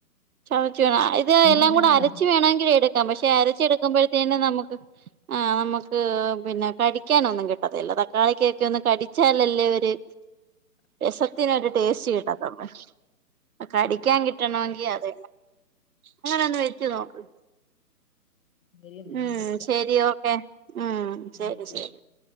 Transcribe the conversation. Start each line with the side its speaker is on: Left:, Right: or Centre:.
Right: ചതച്ച വീണ ഇത് എല്ലാം
Left: തന്നതിന്
Right: കൂടെ അരച്ചച്ച്
Left: താങ്ക്സ്
Right: വേണമെങ്കിലും എടുക്ക പക്ഷെ അരച്ചെടുക്കുമ്പോഴത്തേനെ നമുക്ക് ആ് നമുക്ക് പിന്നെ കടിക്കാന ഒന്നും കിട്ടതല്ല തക്കാളിക്കൊക്കെ ഒന്ന് കടിച്ചാലല്ലേര് രസത്തിനൊരു ടേസ്റ്റ് കിട്ടത്തുള്ളേ കടിക്കാൻ കിട്ടണമെങ്കിൽ അത അങ്ങനെ ഒന്ന് വെച്ചു നോക്ക്
Left: ശരി എന്നാ
Right: ഉം
Left: ഞാൻ വെക്കാം
Right: ശരി ഓക്കെ ഉം
Left: താങ്ക്
Right: ശരി
Left: യു
Right: ശരി